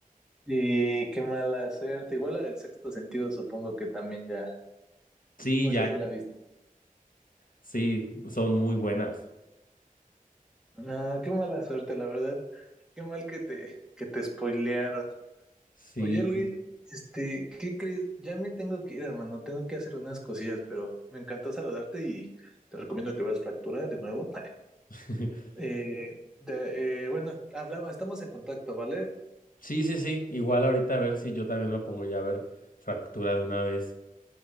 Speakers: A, in the centre; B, on the left (about 70°).
A: Y qué mala suerte. Igual la del sexto sentido, supongo que también ya,
B: Sí,
A: o
B: ya,
A: esa sí la viste.
B: sí, son muy buenas.
A: No, qué mala suerte, la verdad. Qué mal que te, que te spoilearon.
B: Sí.
A: Oye, Luis, este, ¿qué crees? Ya me tengo que ir, hermano. Tengo que hacer unas cosillas, pero me encantó saludarte y te recomiendo que veas Fractura de nuevo.
B: <laughs>
A: Eh, de- eh, bueno, hablamos, estamos en contacto, ¿vale?
B: Sí, sí, sí. Igual ahorita a ver si yo también me pongo ya a ver fractura de una vez.